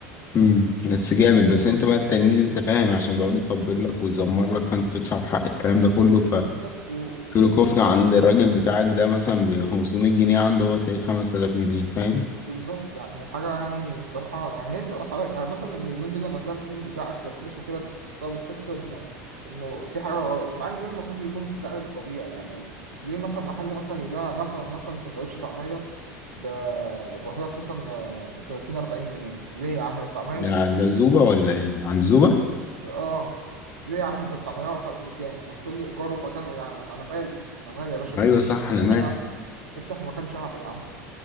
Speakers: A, on the left; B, on the right.
A: امم بس جامد بس انت بقى التلميذ انت فاهم عشان بيقعد يطبل لك ويزمر لك فانت تدفع حق الكلام ده كله
B: بالظبط وبالظبط
A: كيلو كفتة عند الراجل بتاعك ده مثلا ب 500 جنيه عنده هو تلاقيه 5000 جنيه فاهم
B: بالظبط يعني حاجة يعني الصراحة يعني هي دي الأسعار يعني مثلا اليومين دول لما تلاقي محل بيبيع أكل رخيص وكده أنت بتستغرب بتحس إنه إنه في حاجة غلط مع إن ده المفروض يكون السعر الطبيعي يعني ليه مثلا محل مثلا يبيع مثلا مثلا سندوتش طعمية ب- بيقول لك مثلا آه، 30 40 جنيه ليه يا عم الطعمية
A: ده ده زوبة ولا ايه عند زوبة
B: آه ليه يا عم أنت الطعمية واقف عليك بكام؟ ما هتقول لي إيجار ومكان يعني أنا مالي أنا مالي يا باشا افتح
A: ايوه صح انا
B: مكان
A: مالي
B: شعبي افتح مكان شعبي يا عم